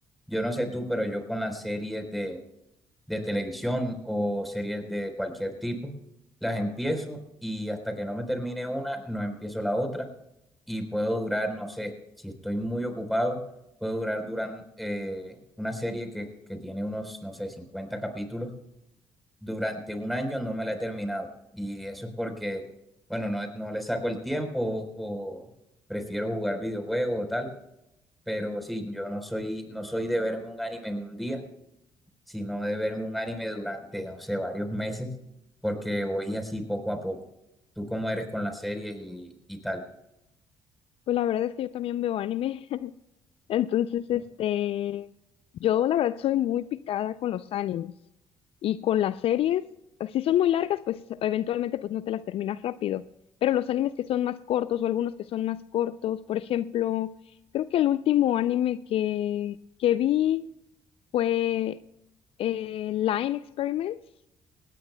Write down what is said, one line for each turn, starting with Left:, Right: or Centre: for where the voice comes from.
Centre: Yo no sé tú, pero yo con las series de, de televisión o series de cualquier tipo, las empiezo y hasta que no me termine una, no empiezo la otra y puedo durar, no sé, si estoy muy ocupado, puedo durar durante una serie que, que tiene unos, no sé, 50 capítulos durante un año no me la he terminado. Y eso es porque, bueno, no, no le saco el tiempo o, prefiero jugar videojuegos o tal. Pero sí, yo no soy, no soy de verme un anime en un día, sino de verme un anime durante, no sé, varios meses, porque voy así poco a poco. Tú cómo eres con las series y, y tal,
Left: pues la verdad es que yo también veo anime. Entonces,
Centre: ¿no?
Left: este, yo la verdad soy muy picada con los animes y con las series, si son muy largas, pues eventualmente pues no te las terminas rápido, pero los animes que son más cortos o algunos que son más cortos, por ejemplo, creo que el último anime que, que vi fue eh, Line Experiments,